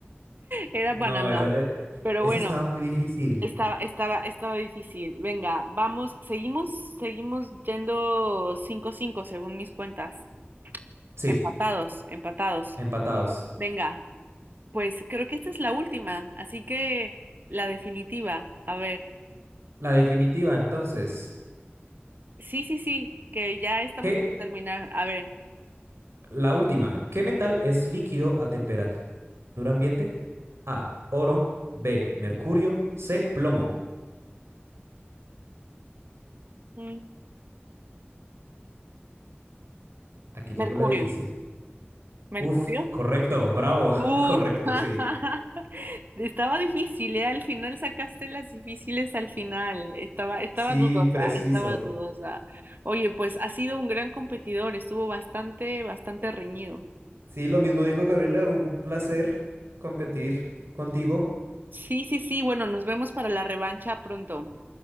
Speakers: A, on the right (about 50°); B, on the right (about 85°).
A: era
B: no,
A: Panamá.
B: esa, eh,
A: Pero
B: esa
A: bueno,
B: estaba muy difícil.
A: estaba, estaba, estaba difícil. Venga, vamos, seguimos, seguimos yendo cinco, cinco según mis cuentas.
B: Sí,
A: Empatados, empatados.
B: empatados.
A: Venga, pues creo que esta es la última, así que la definitiva. A ver,
B: La definitiva, entonces.
A: sí, sí, sí, que ya estamos
B: ¿Qué?
A: por terminar. A ver,
B: La última. ¿Qué metal es líquido a temperatura ambiente? A, oro. B, mercurio. C, plomo.
A: mm,
B: Aquí llegó
A: Mercurio.
B: la difícil.
A: Mercurio.
B: Uf, correcto, bravo,
A: Uh,
B: <laughs> correcto,
A: <laughs>
B: sí.
A: estaba difícil, ¿eh? Al final sacaste las difíciles al final. Estaba, estaba
B: Sí,
A: dudosa,
B: preciso.
A: estaba dudosa. Oye, pues ha sido un gran competidor, estuvo bastante, bastante reñido.
B: Sí, lo mismo digo, Gabriela, un placer competir contigo.
A: Sí, sí, sí, bueno, nos vemos para la revancha pronto.